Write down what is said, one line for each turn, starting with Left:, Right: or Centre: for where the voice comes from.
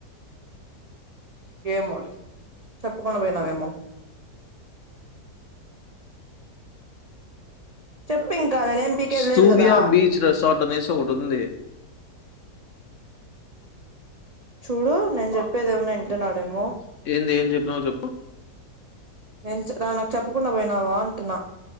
Right: ఏమోలే చెప్పకుండా పోయినావేమో. చెప్పఇంకా నేనే ఏం పీకేది
Left: 'సూర్య
Right: లేదు కదా
Left: బీచ్ రిసార్ట్ ఆనేసి ఒకటి ఉంది.
Right: చుడు నేను చెప్పేది ఏమన్నా ఇంటునాడేమో.
Left: ఏంది ఏం చెప్పినావో చెప్పు
Right: నేనునువ్వు నాకు చెప్పకుండా పోయినావా అంటున్నా.